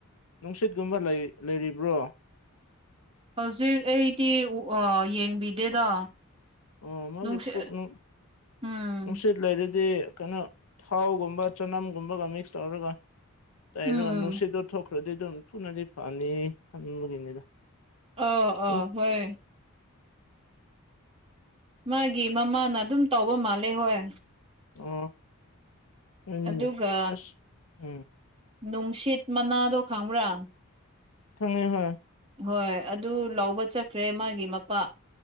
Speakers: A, on the left; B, on the right.
A: ꯅꯨꯡꯁꯤꯠꯀꯨꯝꯕ ꯂꯩꯔꯤ ꯂꯩꯔꯤꯕ꯭ꯔꯣ
B: ꯍꯧꯖꯤꯛ ꯑꯩꯗꯤ ꯌꯦꯡꯕꯤꯗꯦꯗ
A: ꯑꯣ ꯃꯥꯒꯤ
B: ꯅꯨꯡꯁꯤ
A: ꯄꯨꯛꯅꯨꯡ
B: ꯎꯝ
A: ꯅꯨꯡꯁꯤꯠ ꯂꯩꯔꯗꯤ ꯀꯩꯅꯣ ꯊꯥꯎꯒꯨꯝꯕ ꯆꯅꯝꯒꯨꯝꯕꯒ ꯃꯤꯛꯁ ꯇꯧꯔꯒ ꯇꯩꯔꯒ
B: ꯎꯝ
A: ꯅꯨꯡꯁꯤꯠꯇꯣ ꯊꯣꯛ ꯐ꯭ꯔꯗꯤ ꯑꯗꯨꯝ ꯊꯨꯅꯗꯤ ꯐꯅꯤ ꯈꯟꯕꯒꯤꯅꯤꯗ
B: ꯑꯣ ꯑꯣ
A: ꯎꯝ
B: ꯍꯣꯏ ꯃꯥꯒꯤ ꯃꯃꯥꯅ ꯑꯗꯨꯝ ꯇꯧꯕ ꯃꯥꯜꯂꯦ ꯍꯣꯏ
A: ꯑꯣ ꯍꯣꯏꯅꯤꯅꯦ
B: ꯑꯗꯨꯒ
A: ꯑꯁ ꯎꯝ
B: ꯅꯨꯡꯁꯤꯠ ꯃꯅꯥꯗꯣ ꯈꯪꯕ꯭ꯔꯥ
A: ꯈꯪꯉꯦ ꯍꯥꯏ
B: ꯍꯣꯏ ꯑꯗꯨ ꯂꯧꯕ ꯆꯠꯈ꯭ꯔꯦ ꯃꯥꯒꯤ ꯃꯄꯥ